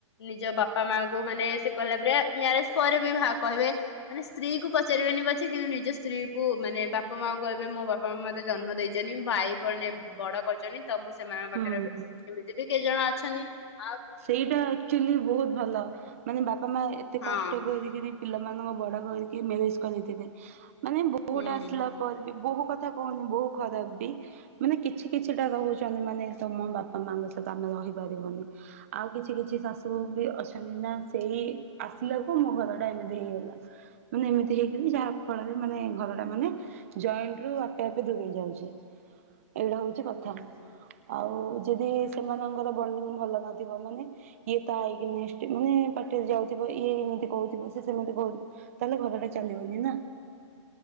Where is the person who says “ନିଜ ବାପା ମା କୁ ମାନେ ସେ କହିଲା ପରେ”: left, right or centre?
Left